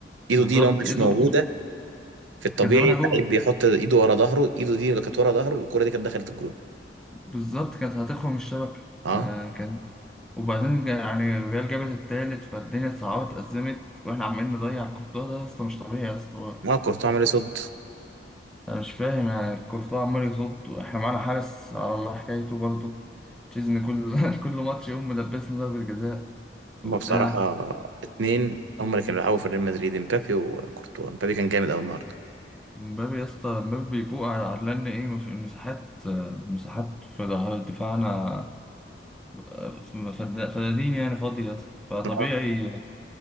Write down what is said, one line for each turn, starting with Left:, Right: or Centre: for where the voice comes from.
Right: ايده
Centre: بالظبط
Right: دي لو مش
Centre: ايده
Right: موجوده
Centre: ايده
Right: في الطبيعي
Centre: كان زمانها
Right: اللعيب
Centre: جوه
Right: بيحط ايده ورا ظهره ايده دي اللي كانت ورا ظهره الكرة دي كانت دخلت الجون
Centre: بالظبط كانت هتخرم الشبكة
Right: اه
Centre: آه كان وبعدين جا- يعني الريال جابت التالت فالدنيا اتصعبت أزمت واحنا عمالين نضيع كورتوا ده يا اسطى مش طبيعي يا اسطى برضه
Right: ما كورتوا عمل إيه صد
Centre: انا مش فاهم يعني كورتوا عمال يصد واحنا معانا حارس على الله حكايته برضه تشيزني كل <laughs> كل ماتش يقوم ملبسنا ضربة جزاء وبتاع
Right: هما بصراحة اتنين هما اللي كانوا بيلعبوا في ريال مدريد امبابي وكورتوا امبابي كان جامد قوي النهارده
Centre: مبابي يا اسطى مبابي بيفوق على على لان ايه مف- المساحات آه، مساحات في ظهر دفاعنا آه، فد- فدادين يعني فاضية يا اسطى فطبيعي
Right: اه